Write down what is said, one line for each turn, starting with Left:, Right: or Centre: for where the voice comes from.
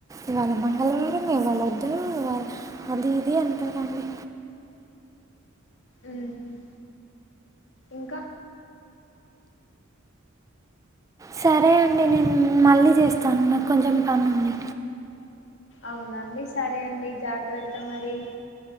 Right: ఇవాళ మంగళవారం ఇవాళ వద్దు ఆ అది ఇది అంటారండి
Left: ఉ హ్ ఇంకా
Right: సరే అండి నేను మళ్ళీ చేస్తాను నాకు కొంచెం పనుంది
Left: అవునండి సరే అండి జాగ్రత్త మరి